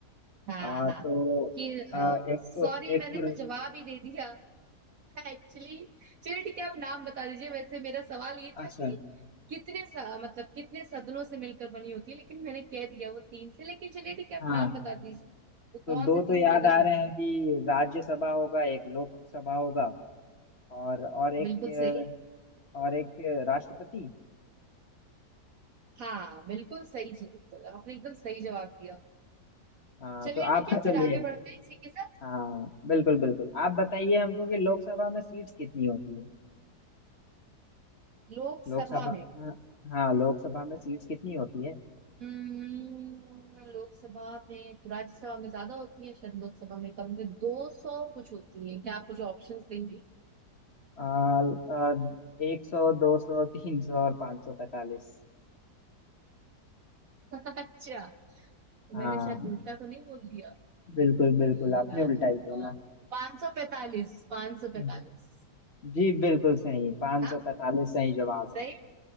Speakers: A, on the right; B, on the left.
A: हाँ
B: आ,
A: हाँ
B: तो
A: कि
B: आ, एक
A: सॉरी
B: तो एक
A: मैंने
B: तो
A: तो जवाब ही दे दिया <laughs> एक्चुअली चलिए ठीक है आप नाम बता दीजिए वैसे मेरा सवाल ये था
B: अच्छा
A: कि कितने सा, मतलब कितने सदनों से मिलकर बनी होती है लेकिन मैंने कह दिया वो तीन से लेकिन चलिए ठीक है आप
B: हाँ
A: नाम बता दीजिए वो
B: तो
A: कौन
B: दो
A: से तीन
B: तो याद
A: सदन
B: आ
A: होते
B: रहे हैं
A: हैं
B: कि राज्यसभा होगा एक लोकसभा होगा और और एक
A: बिल्कुल सही
B: और एक राष्ट्रपति
A: हाँ बिल्कुल सही जवाब आपने एकदम सही जवाब दिया
B: हाँ
A: चलिए
B: तो आप
A: ठीक है
B: <laughs>
A: फिर
B: चलिए
A: आगे बढ़ते हैं इसी के साथ
B: हाँ बिल्कुल बिल्कुल आप बताइए हमको कि लोकसभा में सीट्स कितनी होती है
A: लोकसभा
B: लोकसभा
A: में
B: हाँ हाँ, लोकसभा में सीट्स कितनी होती है
A: हम्म, लोकसभा में तो राज्यसभा में ज्यादा होती है शायद लोकसभा में कम दो सौ कुछ होती है क्या आप मुझे ऑप्शंस देंगे
B: आ, एक सौ दो सौ तीन सौ और पाँच सौ पैतालीस
A: <laughs> अच्छा तो
B: हाँ
A: मैंने शायद उल्टा तो नहीं बोल दिया
B: बिल्कुल बिल्कुल
A: पहली
B: आपने
A: बार
B: उल्टा ही बोला
A: पाँच सौ पैतालीस पाँच सौ
B: हम्म।
A: पैतालीस
B: जी बिल्कुल सही पाँच
A: हाँ
B: सौ पैतालीस सही जवाब है
A: सही